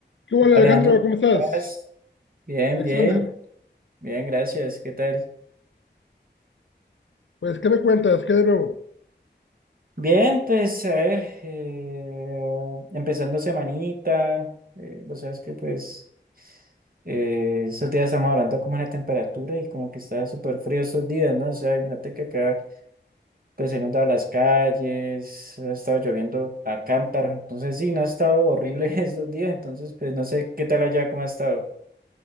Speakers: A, on the left (about 85°); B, on the right (about 50°).
A: ¿Qué hola
B: Alejandro,
A: Alejandro? ¿Cómo estás?
B: ¿cómo estás? Bien,
A: Alexander,
B: bien, bien, gracias. ¿Qué tal?
A: pues ¿qué me cuentas? ¿Qué de nuevo?
B: Bien, pues a ver, eh, empezando semanita, eh, vos sabes que pues eh, estos días estamos hablando como de la temperatura y como que está súper frío estos días, ¿no? O sea, imagínate que acá pues se han inundado las calles, ha estado lloviendo a cántaro, entonces sí, no ha estado horrible <laughs> estos días, entonces pues no sé qué tal allá, cómo ha estado.